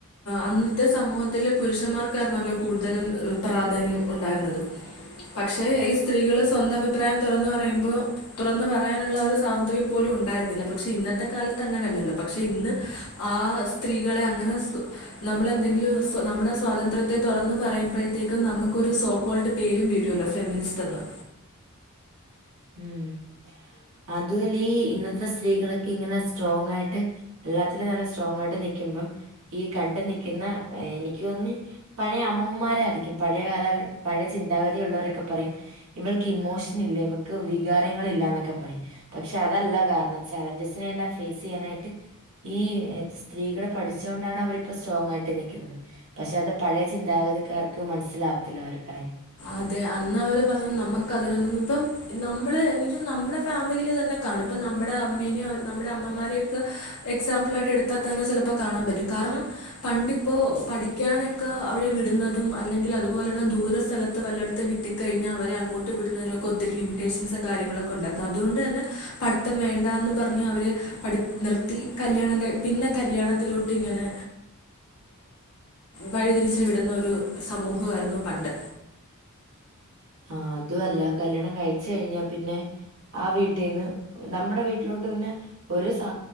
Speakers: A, on the left; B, on the right.
A: അന്നത്തെ സമൂഹത്തിലെ പുരുഷന്മാർക്കായിരന്നല്ലോ കൂടുതലും പ്രാധാന്യം ഉണ്ടായിരുന്നതും. പക്ഷേ ഈ സ്ത്രീകള് സ്വന്തം അഭിപ്രായം തുറന്ന് പറയുമ്പം തുറന്ന് പറയാനുള്ള ഒരു സ്വാതന്ത്ര്യം പോലും ഉണ്ടായിരുന്നില്ല. പക്ഷേ ഇന്നത്തെ കാലത്ത് അങ്ങനെ അല്ലല്ലോ പക്ഷേ ഇന്ന് ആ സ്ത്രീകളെ അങ്ങനെ നമ്മള് എന്തെങ്കിലും സ്വ നമ്മുടെ സ്വാതന്ത്ര്യത്തെ തുറന്ന് പറയുമ്പഴത്തേക്കും നമുക്കൊരു സോകോൾഡ് പേരും വീഴുവല്ലോ ഫെമിനിസ്റ്റ് എന്ന്
B: ഉം അതുവല്ലി ഈ ഇന്നത്തെ സ്ത്രീകളക്കെ ഇങ്ങനെ സ്ട്രോങ് ആയിട്ട് എല്ലാത്തിലും നല്ല സ്ട്രോങ് ആയിട്ട് നിൽക്കുമ്പം ഈ കണ്ട് നിൽക്കുന്ന എനിക്ക് തോന്നി പഴയ അമ്മുമ്മമാരായിരിക്കും പഴയ കാല ക പഴയ ചിന്താഗതിയുള്ളവരൊക്കെ പറയും ഇവൾക്ക് ഇമോഷൻ ഇല്ലേ എന്ന് ക്ക്‌ വികാരങ്ങൾ ഇല്ലന്നക്കെ പറയും പക്ഷെ അതല്ല കാരണം ചലഞ്ചസിനെ എല്ലാം ഫേസ് ചെയ്യാനായിട്ട് ഈ സ്ത്രീകളെ പഠിച്ചോണ്ടാണ് അവരിപ്പം സ്റ്റോങ്ങായിട്ട് നിക്കുന്നത് പക്ഷെ അത് പഴയ ചിന്താഗതിക്കാർക്ക് മനസ്സിലാവത്തില്ല ആ ഒരു കാര്യം
A: അതെ അന്ന് അവർ പറഞ്ഞത് നമ്മക്ക് അതിനൊന്നും ഇപ്പം നമ്മളെ ണെങ്കിൽ നമ്മുടെ ഫാമിലിയിൽ തന്നെ കാണും ഇപ്പം നമ്മടെ അമ്മേനെയോ നമ്മടെ അമ്മമാരെയൊക്കെ എക്സാംപിളായിട്ട് ആയിട്ട് എടുത്താൽ തന്നെ ചിലപ്പോൾ കാണാൻ പറ്റും കാരണം പണ്ടി ഇപ്പോൾ പഠിക്കാനക്കെ അവിടെ വിടുന്നതും അല്ലെങ്കിൽ അതുപോലെ തന്നെ ദൂരെ സ്ഥല വല്ലയിടത്തും കിട്ടി കഴിഞ്ഞാൽ അവരെ അങ്ങോട്ട് വിടുന്നതിനൊക്കെ ഒത്തിരി ലിമിറ്റേഷൻസ് കാര്യങ്ങളൊക്കെ ഉണ്ടായിരുന്നു. അതുകൊണ്ട് തന്നെ പഠിത്തം വേണ്ട എന്ന് പറഞ്ഞ് അവരെ പഠി നിർത്തി കല്യാണം കഴി പിന്നെ കല്യാണത്തിലോട്ട് ഇങ്ങനെ വഴിതിരിച്ച് വിടുന്ന ഒരു സമൂഹം ആയിരുന്നു പണ്ട്
B: ആഹ അതു അല്ല കല്യാണം കഴിച്ച് കഴിഞ്ഞാ പിന്നെ ആ വീട്ടിന്ന് നമ്മുടെ വീട്ടിലോട്ട് പിന്നെ ഒരു സ്വ